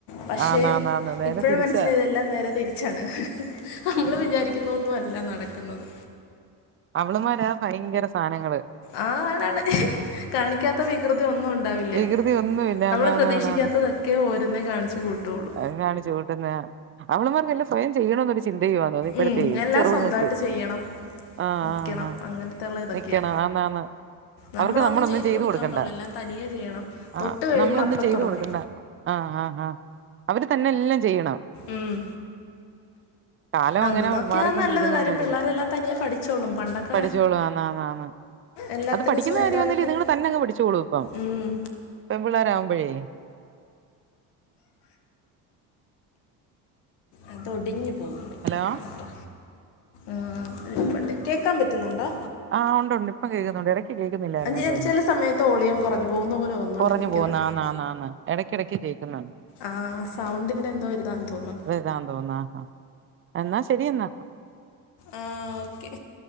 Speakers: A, on the left; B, on the right.
A: പഷേ
B: ആന്നാന്നാന്ന് നേരെ
A: ഇപ്പോഴണ്
B: തിരിച്ചാ
A: മനസ്സിലായത് എല്ലാം നേരെ തിരി ച്ചാണ് നമ്മള് വിചാരിക്കുന്നൊന്നുവല്ല നടക്കുന്നത്
B: അവള്മ്മാരാ ഭയങ്കരസാനങ്ങള്
A: ആഹ് ആണാണ് കാണിക്കാത്ത വികൃതി ഒന്നുണ്ടാവില്ല്യാ
B: വികൃതി ഒന്നുമില്ല
A: നമ്മള്
B: ആന്നാന്നാന്നാന്ന്
A: പ്രതീക്ഷിക്കാത്ത ഒക്കെ ഓരോന്നേ കാണിച്ച് കൂട്ടൊള്ളു
B: ആഹ് കാണിച്ച് കൂട്ട്ന്നായ അവള്മ്മാർക്കെല്ലാം സ്വയം ചെയ്യണൊരു ചിന്തയുവാന്ന് ഇപ്പഴത്തെയ്
A: ഉം എല്ലാം
B: ചെറ്ത്ങ്ങക്ക്
A: സ്വന്തമായിട്ട് ചെയ്യണം
B: ആഹ്
A: നിൽക്കണം
B: ആഹ് ആഹ്
A: അങ്ങനത്തെയുള്ള ഇതൊക്കെയാ
B: നിക്കണം ആന്നാന്ന്
A: നമ്മളൊന്നും
B: അവർക്ക്നമ്മളൊന്നും ചെയ്ത്
A: കൊടുക്കാൻ
B: കൊടുക്കണ്ടാ
A: പാടില്ല എല്ലാം തനിയെ ചെയ്യണം തൊട്ട്
B: ആഹ്
A: കഴിഞ്ഞ
B: നമ്മളൊന്നും
A: അപ്പം
B: ചെയ്ത്
A: തുടങ്ങും
B: കൊടുക്കണ്ട ആഹ് ആഹ് ആഹ് അവര്തന്നെല്ലാം ചെയ്യണം.
A: ഉം
B: കാലം
A: അതൊന്ന്
B: അങ്ങനെ
A: നോക്കിയാ
B: മാറിക്കൊണ്ടിരിക്കുന്നോണ്ടാരിക്കും
A: നല്ലത് കാര്യം പിള്ളേരെല്ലാം തനിയെ പഠിച്ചോളും പണ്ടൊക്കെ
B: പഠിച്ചോളും ആന്നാന്നാന്ന്
A: എല്ലാത്തിനും
B: അത് പഠിക്കുന്നാ
A: സ്വന്തമായിട്ട്
B: കാര്യന്നാലും ഇത്ങ്ങള് തന്നങ്ങ് പഠിച്ചോളും ഇപ്പം
A: ഉം
B: പെമ്പിള്ളേരാവുമ്പളെ
A: അതൊടിഞ്ഞു പോവും മിക്കവാറും
B: ഹലോ
A: കണ്ടോ ആഹ് <unintelligible> കേക്കാ പറ്റുന്നോണ്ടോ?
B: ആഹ് ഒണ്ട്ണ്ട് ഇപ്പം കേക്ക്ന്നോണ്ട് എട ക്ക് കേക്ക്ന്നില്ലായിര്ന്ന്
A: ഞാൻ
B: തോന്ന്
A: ചില സമയത്ത് ഓളിയം കുറഞ്ഞു പോകുന്ന പോലെ തോന്നുന്നുണ്ട്
B: കൊറഞ്ഞ്
A: എനിക്കത്
B: പോവ്ന്ന് ആന്നാന്നാന്ന് എടക്കെടക്ക് കേക്ക്ന്നോണ്ട്
A: ആഹ് സൗണ്ടിന്റെന്തോരിതാന്ന് തോന്നണ്
B: ഇതാന്ന് തോന്ന് ആഹ്‌ എന്നാ ശെരിന്നാ
A: ആഹ് ഓക്കെ.